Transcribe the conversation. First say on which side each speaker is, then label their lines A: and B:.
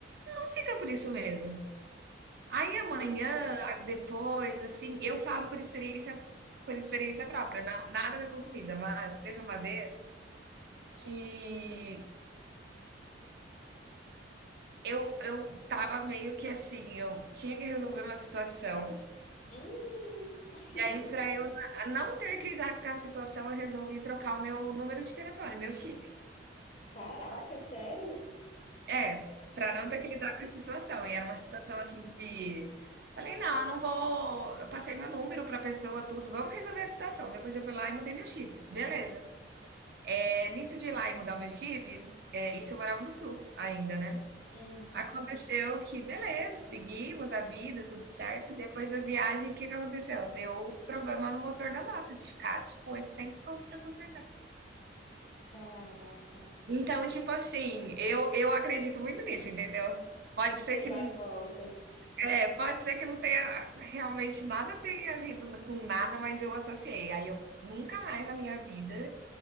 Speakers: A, on the right; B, on the left.
A: não fica por isso mesmo. Aí amanhã, depois, assim, eu falo por experiência por experiência própria, não, nada a ver com comida, mas teve uma vez que eu, eu tava meio que assim, eu tinha que resolver uma situação
B: Hum. <laughs>
A: E aí, para eu não ter que lidar com a situação, eu resolvi trocar o meu número de telefone, meu chip.
B: Caraca, sério?
A: É, para não ter que lidar com a situação. E era uma situação, assim, de falei: "Não, eu não vou" eu passei meu número para pessoa, tudo, "vamos resolver a situação". Depois eu fui lá e mudei meu chip, beleza. É, nisso de ir lá e mudar o meu chip, É, isso eu morava no sul ainda, né.
B: Hum.
A: Aconteceu que beleza, seguimos a vida, tudo certo. Depois da viagem, o que que aconteceu? Deu problema no motor da moto, de ficar, tipo, 800 conto para consertar.
B: Caraca,
A: Então, tipo assim, eu, eu acredito muito nisso, entendeu? Pode
B: tudo
A: ser
B: que
A: que,
B: vai e volta.
A: é, pode ser que não tenha realmente nada tenha havido com nada, mas eu associei. Aí eu nunca mais na minha vida